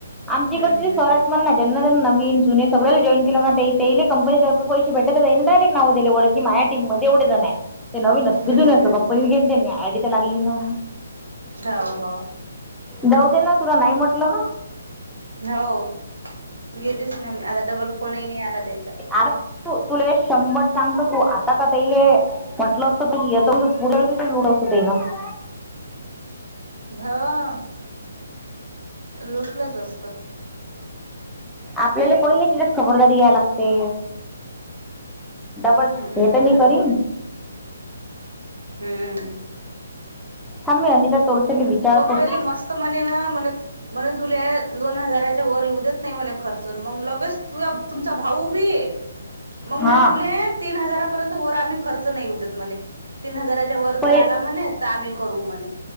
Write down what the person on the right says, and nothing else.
हम्म
हम्म
हम्म
हम्म
होा हो.
हो घेतच नाही मी आता डबल फोनही नाही आला त्यायचा.
हा लोटलंच असत.
हम्म
हम्म
प पहिले मस्त म्हणे ना म्ह म्हणे तुले दोन हजाराच्या वर येऊेत नाही म्हणे खर मग लगेच तु तुमचा भाऊ बी मग
म्हणजे तु तीन हजार र्यंत वर आम्ही खर्च नाही उदत म्हणे तीन हजाराच्या वर
जर आला म्हणे तर आम्ही करू म्हणे.